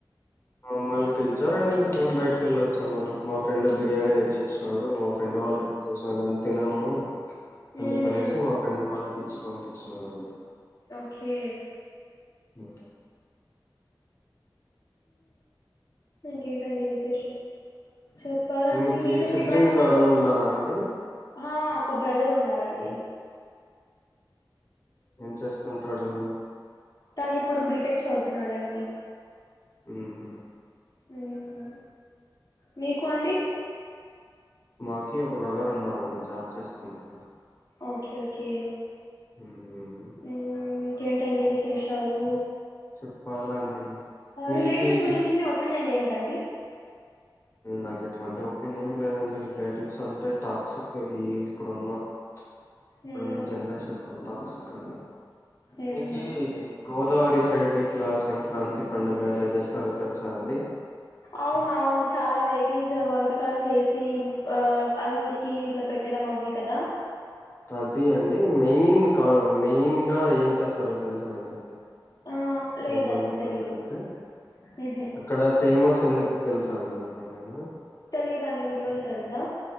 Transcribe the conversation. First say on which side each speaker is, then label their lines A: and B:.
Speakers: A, on the left; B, on the left.
A: మమ్మల్ని పిలిచారండి మేము బయటకిళ్ళ వచ్చాం మళ్ళ మా ఫ్రెండ్ బిర్యానీ తెచ్చి డు మా ఫ్రెండ్ వాళ్ళకిసిన నేను తినను అందుకనేసి
B: ఊహూ
A: మా ఫ్రెండ్ వాళ్ళకి ఇచ్చి పంపించన్నానండి
B: ఓకే
A: ఓ
B: ఇంకేంటండి విశేషాలు చెప్పాలండి
A: మీకు
B: రీసెంట్
A: సిబ్లింగ్స్
B: గా ఎక్కడైనా మ్యూజర్నీ
A: ఎవరన్నా ఉన్నారా అండి
B: హా ఒక బ్రదర్ ఉన్నారండి
A: హ్మ్ఏం చేస్తుంటాడు
B: తను ఇప్పుడు బీటెక్ చదువుతున్నాడుండి
A: హ్మ్
B: హ్మ్ మీకు అండి
A: మాకి ఒక బ్రదర్ ఉన్నానండి జాబ్ చేస్తుంటారు
B: ఓకే ఓకే
A: హ్మ్.
B: హ్మ్ ఇంకేం టండి విశేషాలు
A: చెప్పాలండి. మీకీ
B: రిలేటివ్స్ గురించి మీ ఒపీనియన్ ఏంటండి
A: నాకు ఎటువంటి ఒపీనియన్ లేదండి రిలేటివ్స్ అంటే టాక్సిక్ ఈ ఇప్పుడున్నా ఇప్పుడున్న
B: మ్మ్,
A: జనరేషన్ లో టాక్స్క్ ఇక్క
B: మ్మ్.
A: మీకు గోదావరి సైడ్ ఇట్లా సంక్రాంతి పండుగ ఎట్లా చేస్తారో తెలుసా అండి
B: అవునవును చాలా వెరైటీస్ వంటకాలు చేసి ఆ అల్లుడికి ఇట్లా పెట్టడం అవి కదా
A: అది అండి మెయిన్ మెయిన్ గా ఏం చేస్తారో తెలుసా అండి
B: ఆ లేదండి
A: సంక్రాంతి పండుగ
B: తెలీదు
A: అంటే
B: మ్హూ.
A: అక్కడ ఫేమస్ ఎందుకు తెలుసా అండి మీకేమైనా
B: తెలియదుండి మీకు ఏమన్న తెలుసా